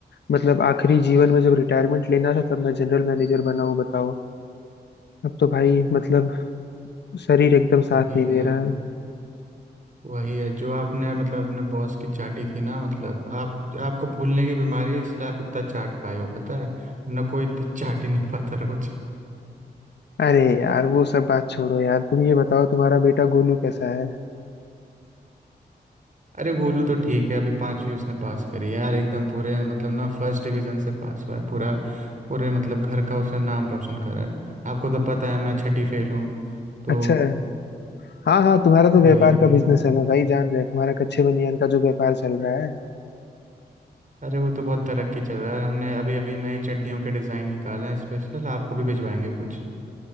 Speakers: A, on the left; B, on the right.
A: मतलब आखिरी जीवन में जब रिटायरमेंट लेना था तब मैं जनरल मैनेजर बना हूँ बताओ अब तो भाई मतलब शरीर एकदम
B: वही
A: साथ नहीं
B: है
A: दे रहा है
B: वही है जो आपने मतलब अपने बॉस की चाटी थी ना मतलब आप आपको भूलने की बीमारी है इसलिए आप इतना चाट पाए हो पता है ना कोई इतनी चाट ही नहीं पाता रोज
A: अरे यार वो सब बात छोड़ो यार तुम ये बताओ तुम्हारा बेटा गोलू कैसा है
B: अरे गोलू तो ठीक है अभी पांचवी उसने पास करी है यार एकदम पूरे मतलब ना फर्स्ट डिवीजन से पास हुआ है पूरा पूरे मतलब घर का उसने नाम रोशन करा है आपको तो पता है मैं छठी फेल हूँ तो
A: अच्छा है हाँ हाँ तुम्हारा तो
B: वही
A: व्यापार
B: वही
A: का बिजनेस है ना भाई जान रहे हैं तुम्हारा कच्चे बनियान का जो व्यापार चल रहा है
B: अरे वो तो बहुत तरक्की चल रहा है हमने अभी अभी नए चड्डियों के डिज़ाइन निकाले हैं स्पेशल आपको भी भिजवाएंगे कुछ